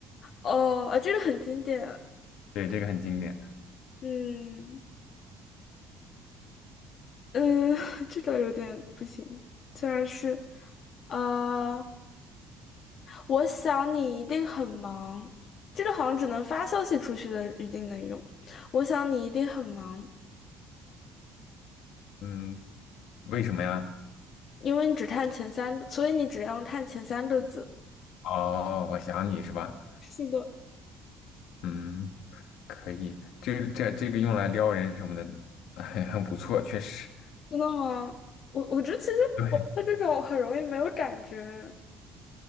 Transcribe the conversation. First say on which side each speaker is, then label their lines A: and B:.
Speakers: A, on the left; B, on the left.
A: 哦，啊，这个很经典。
B: 对，这个很经典。
A: 嗯嗯，<laughs> 这个有点不行。竟然是，啊、我想你一定很忙。这个好像只能发消息出去的语境能用。我想你一定很忙，
B: 嗯，为什么呀？
A: 因为你只看前三个所以你只要看前三个字。
B: 哦，我想你是吧？
A: 是的，
B: 嗯，可以，这这这个用来撩人什么的，很很不错，确实。
A: 真的吗？我我觉得其实我对这种很容易没有感觉。
B: 对，